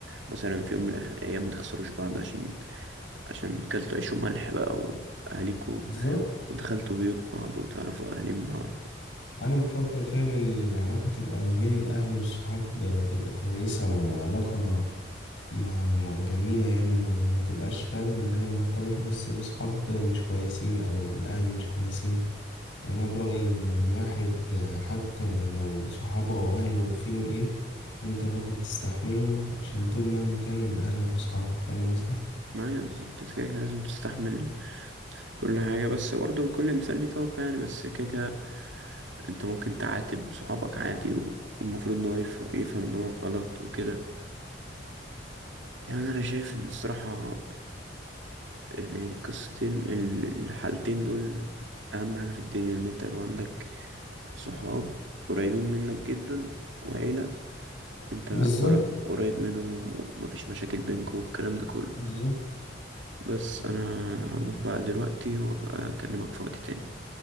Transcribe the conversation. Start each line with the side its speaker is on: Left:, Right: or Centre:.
Right: مثلا في يوم من الأخ- الايام ما تخسروش بعض عشان عشان كلتوا عيش وملح بقى واهاليكوا
Left: بالظبط
Right: ودخلتوا بيوت بعض وتعرفوا اهالين بعض
Left: انا بفضل فعلا ان العلاقه تبقى ما بين الاهل والصحاب آه، تبقى كويسه وعلاقه ما ما- جميله يعني ما- وما ما تبقاش فاهم ان هي مرتبطه بس بصحاب مش كويسين او الاهل مش كويسين يعني انا برايي ان الواحد آه، حتى لو صحابه واهله فيهم ايه انت برضه بتستحملهم عشان دول مهما كان اهلك وصحابك فاهم قصدي
Right: ايوه بالظبط كده كده لازم تستحمل كل حاجة بس برضو كل إنسان ليه طاقة يعني بس كده كده أنت ممكن تعاتب صحابك عادي و- والمفروض إن هو يفهم, يفهم إن هو غلط وكده يعني أنا شايف إن الصراحة يعني القصتين ال- الحالتين دول أهم حاجة في الدنيا إن أنت يبقى عندك صحاب قريبين منك جدا وعيلة أنت
Left: بالظبط
Right: قر- قريب منهم ومفيش مشاكل بينكوا والكلام ده كله
Left: بالظبط
Right: بس أنا هروح بقى دلوقتي وأبقى أكلمك في وقت تاني